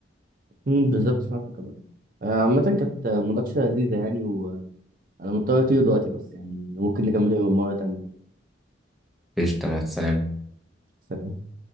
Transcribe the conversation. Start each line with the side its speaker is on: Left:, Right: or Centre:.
Right: امم بالظبط فاهمة كمان. آه، عامة كانت مناقشة لذيذة يعني انا مضطر اطير دلوقتي بس يعني ممكن نكمل يوم مرة تانية
Centre: قشطة مع السلامة
Right: سلام